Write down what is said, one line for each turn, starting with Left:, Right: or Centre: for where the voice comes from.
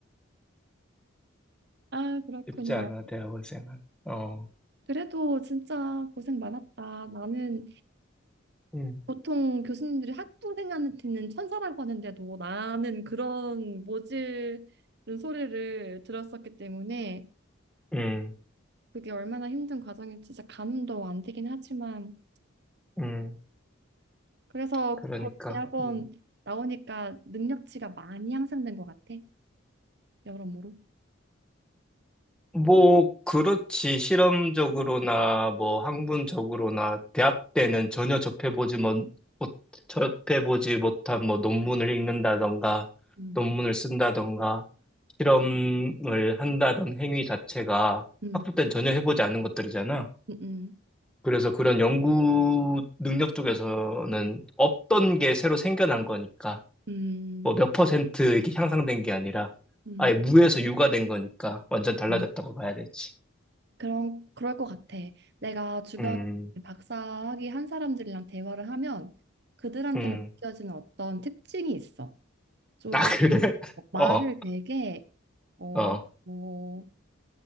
Right: 아, 그렇구나.
Centre: 쉽지 않아, 대학원생은. 어,
Right: 그래도 진짜 고생 많았다. 나는
Centre: 음,
Right: 보통 교수님들이 학부생한테는 천사라고 하는데도 나는 그런 모질은 소리를 들었었기 때문에
Centre: 음,
Right: 그게 얼마나 힘든 과정이 진짜 가늠도 안 되긴 하지만
Centre: 음,
Right: 그래서
Centre: 그러니까.
Right: 곧 대학원
Centre: 음.
Right: 나오니까 능력치가 많이 향상된 것 같아 여러모로
Centre: 뭐, 그렇지. 실험적으로나, 뭐, 학문적으로나, 대학 때는 전혀 접해보지 못, 못- 접해보지 못한 뭐, 논문을 읽는다던가,
Right: 음,
Centre: 논문을 쓴다던가, 실험을 한다던 행위 자체가
Right: 음,
Centre: 학부 때는 전혀 해보지 않은 것들이잖아.
Right: 음, 음,
Centre: 그래서 그런 연구 능력 쪽에서는 없던 게 새로 생겨난 거니까,
Right: 음,
Centre: 뭐 몇 퍼센트 이렇게 향상된 게 아니라,
Right: 음,
Centre: 아예 무에서 유가 된 거니까 완전 달라졌다고
Right: 음.
Centre: 봐야 되지.
Right: 그런 그럴 것 같아 내가 주변
Centre: 음,
Right: 박사학위 한 사람들이랑 대화를 하면 그들한테만
Centre: 음.
Right: 느껴지는 어떤 특징이 있어 좀
Centre: 아, 그래? <laughs>
Right: 뭐 말을
Centre: 어,
Right: 되게 어,
Centre: 어,
Right: 어,